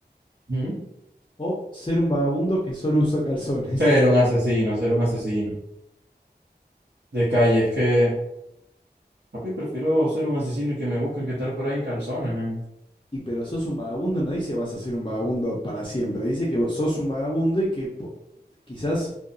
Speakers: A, on the right; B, on the left.
A: ¿Mm?
B: o ser un vagabundo que solo usa calzones.
A: Ser un asesino, ser un asesino. De calle, es que, papi, prefiero ser un asesino y que me busquen que estar por ahí en calzones, man.
B: Y pero sos un vagabundo, no dice vas a ser un vagabundo para siempre, dice que vos sos un vagabundo y que po- quizás